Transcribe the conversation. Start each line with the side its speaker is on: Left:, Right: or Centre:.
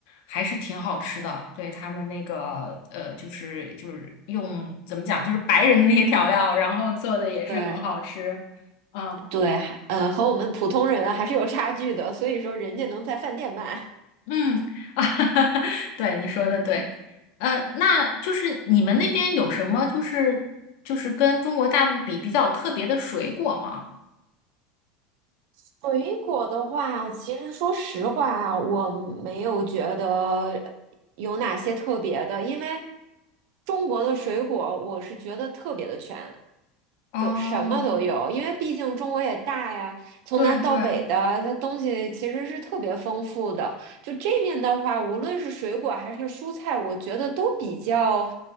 Left: 还是挺好吃的。对，他们那个呃，就是就是用怎么讲，就是白人的那些调料，然后做的也是很好吃。
Right: 对
Left: 嗯。
Right: 对，还呃，和我们普通人还是有差距的。所以说，人家能在饭店卖，
Left: 嗯，<laughs> 啊，对，你说的对，呃，那就是你们那边有什么就是就是跟中国大陆比比较特别的水果吗？
Right: 水果的话，其实说实话，我没有觉得有哪些特别的，因为中国的水果我是觉得特别的全，
Left: 哦，
Right: 就什么都有。因为毕竟中国也大呀，从南到北的，
Left: 对对，
Right: 它东西其实是特别丰富的。就这面的话，无论是水果还是蔬菜，我觉得都比较